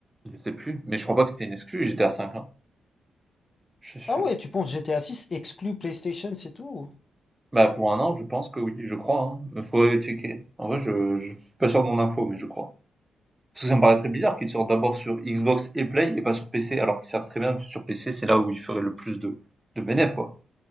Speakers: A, on the right; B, on the left.
A: je sais plus. Mais je crois pas que c'était une exclu, j'étais à cinq. ans. Je- je-
B: Ah ouais, tu penses GTA 6 exclut PlayStation, c'est tout?
A: Bah, pour un an, je pense que oui, je crois. Hein. Il faudrait checker. En vrai, je, je suis pas sûr de mon info, mais je crois. Parce que ça me paraît très bizarre qu'ils sortent d'abord sur Xbox et Play et pas sur PC, alors qu'ils savent très bien que sur PC, c'est là où ils feraient le plus de, de bénéfices, quoi.